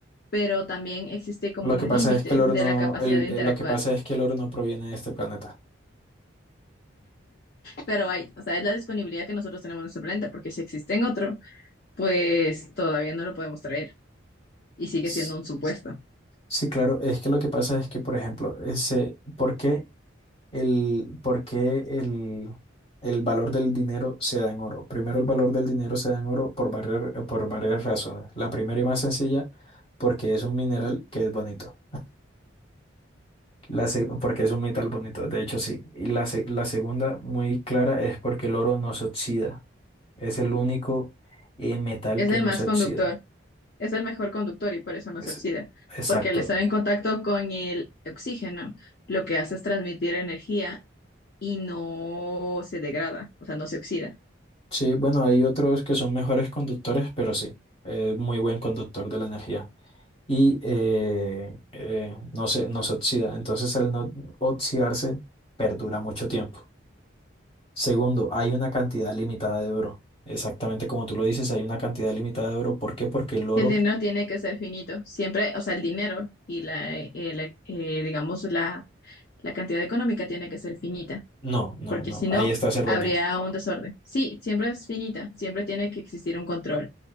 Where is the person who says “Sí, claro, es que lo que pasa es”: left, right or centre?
Left